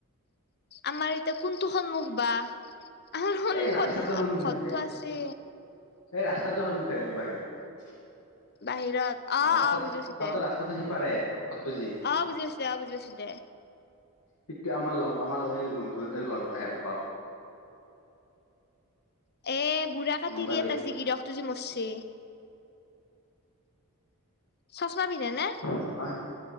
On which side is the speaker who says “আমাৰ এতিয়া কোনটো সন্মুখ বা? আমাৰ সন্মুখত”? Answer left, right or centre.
Left